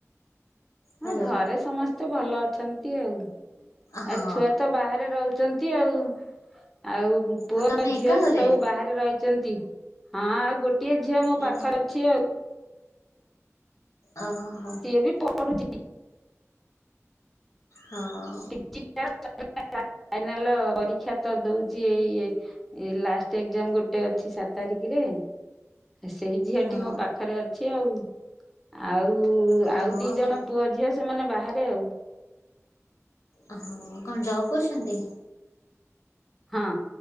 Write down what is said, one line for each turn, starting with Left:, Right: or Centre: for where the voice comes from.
Centre: ହଁ
Left: ହାଲୋ
Centre: ଘରେ ସମସ୍ତେ ଭଲ ଅଛନ୍ତି ଆଉ,
Left: ହଁ
Centre: ଆଉ ଛୁଆ ତ ବାହାରେ ରହୁ ଚନ୍ତି ଆଉ, ଆଉ ପୁଅ
Left: ଆଉ ତମେ ଏକା
Centre: ଝିଅ
Left: ଘରେ?
Centre: ସବୁ ବାହରେ ରହିଚନ୍ତି, ହଁ ଆଉ ଗୋଟିଏ ଝିଅ ମୋ
Left: ଓ
Centre: ପାଖରେ ଅଛି ଆଉ।
Left: ଓ ହୋ।
Centre: ଏବେ ପଢୁଚି।
Left: ହଁ।
Centre: <unintelligible> ଫାଇନାଲ୍ ପରୀକ୍ଷା ତ ଦଉଚି ଏଇ ଏ ଲାଷ୍ଟ୍ ଏକ୍ଜାମ୍ ଗୋଟେ ଅଛି, ସାତ୍ ତାରିଖରେ। ସେଇ ଝିଅଟି
Left: ହଁ
Centre: ମୋ ପାଖରେ ଅଛି ଆଉ। ଆଉ,
Left: ହଁ
Centre: ଆଉ ଦି
Left: ହଁ।
Centre: ଜଣ ପୁଅ ଝିଅ ସେମାନେ ବାହାରେ ଆଉ।
Left: ଓ ହଁ, କଣ ଜବ କରୁଚନ୍ତି?
Centre: ହଁ।